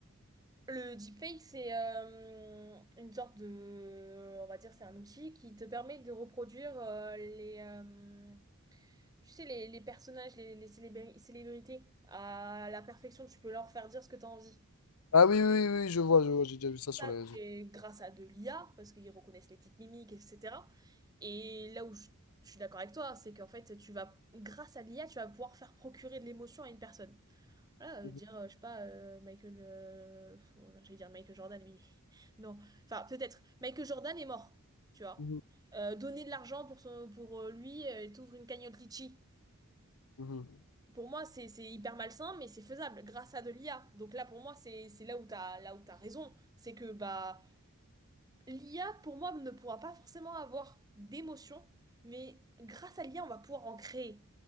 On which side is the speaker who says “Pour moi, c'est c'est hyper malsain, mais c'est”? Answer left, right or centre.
Right